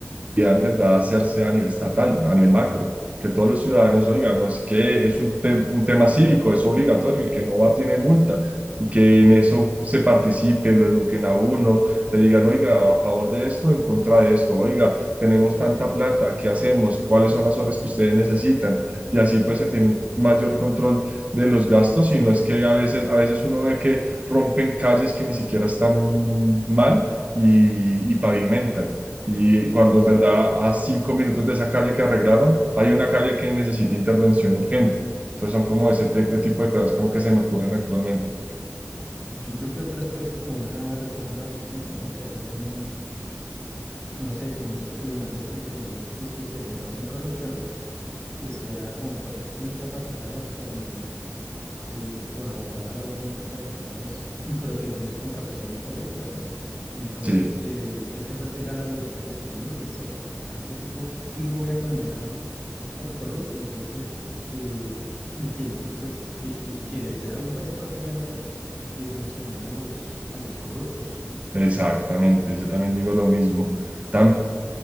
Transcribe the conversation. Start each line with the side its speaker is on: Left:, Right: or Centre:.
Right: en verdad hacerse a nivel estatal, a nivel macro, que todos los ciudadanos oigan, no es que es un, te- un tema cívico, es obligatorio, el que no va tiene multa y que en eso se participe, lo eduquen a uno, le digan, oiga, a favor de esto, en contra de esto, oiga, tenemos tanta plata, ¿qué hacemos? ¿Cuáles son las horas que ustedes necesitan? Y así pues se tiene un mayor control de los gastos y no es que a veces, a veces uno ve que rompen calles que ni siquiera están mal y y pavimentan. Y cuando en verdad a cinco minutos de esa calle que arreglaron, hay una calle que necesita intervención urgente. Entonces son como ese te- tipo de cosas como que se me ocurren actualmente.
Left: Yo creo que otras, pues, como una reforma a la justicia, ¿no? Que hayan, no sé, como unos tribunales independientes y especializados en corrupción, que sea con jueces bien capacitados, con, eh, con abogados bien capacitados y protegidos contra presiones políticas, ¿no? Entonces,
Right: Sí,
Left: eh, que este juez tenga la libertad de decir, bueno, listo, a este tipo sí lo voy a condenar por corrupto, entonces, eh, y que el tipo, pues, que, el que, que sea un juez que no tenga miedo de sancionar a los, a los corruptos.
Right: exactamente. Yo también digo lo mismo. También